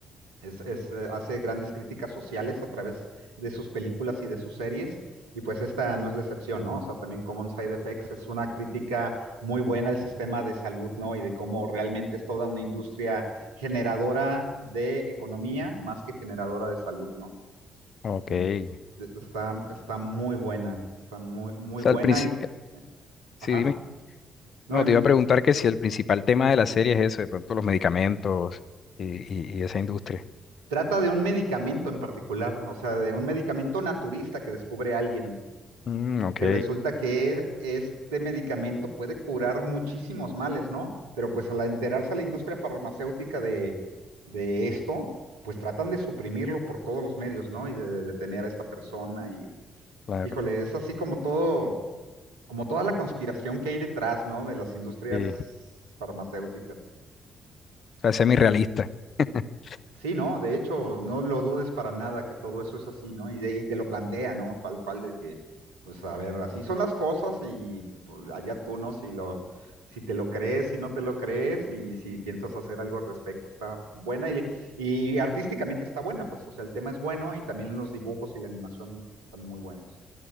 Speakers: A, on the right; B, on the left.
A: Es, es, eh, hace grandes críticas sociales a través de sus películas y de sus series. Y pues esta no es la excepción, ¿no? O sea, también Common Side Effects es una crítica muy buena al sistema de salud, ¿no? Y de cómo realmente es toda una industria generadora de economía más que generadora de salud, ¿no?
B: Ok.
A: Ni-
B: O
A: de- Está, está muy buena, está muy, muy
B: sea,
A: buena
B: el princi-
A: y,
B: eh, Sí,
A: ajá,
B: dime.
A: no,
B: No,
A: em-
B: te iba
A: eh,
B: a preguntar que si el principal tema de la serie es eso, de pronto los medicamentos y,
A: s-
B: y- y esa industria.
A: trata de un medicamento en particular, o sea, de un medicamento naturista que descubre alguien
B: Mm, ok,
A: y resulta que este medicamento puede curar muchísimos males, ¿no? Pero pues al enterarse la industria farmacéutica de, de esto, pues tratan de suprimirlo por todos los medios, ¿no? Y de, de detener a esta persona y
B: claro.
A: Híjole, es así como todo, como toda la conspiración que hay detrás, ¿no? De las industrias
B: Sí. O
A: farmacéuticas.
B: sea, semirrealista. <laughs>
A: Sí, ¿no? De hecho, no lo dudes para nada que todo eso es así, ¿no? Y, de- y te lo plantea, ¿no? Tal cual de que, pues a ver, así son las cosas y pues, allá tú, ¿no? Si lo, si te lo crees, si no te lo crees y si piensas hacer algo al respecto, está buena y, y artísticamente está buena, pues, o sea, el tema es bueno y también los dibujos y la animación están muy buenos.